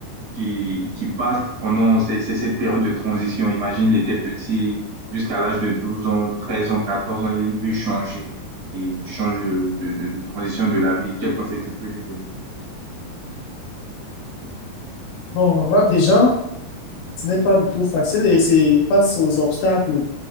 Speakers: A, on the right; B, on the left.
A: qui, qui passe pendant ces- ces- cette période de transition. Imagine, il était petit jusqu'à l'âge de 12 ans, 13 ans, 14 ans, il veut changer. Et change de, de, de, de transition de la vie. Quel conseil tu peux lui donner?
B: Bon, là, déjà, ce n'est pas du tout facile et c'est face aux obstacles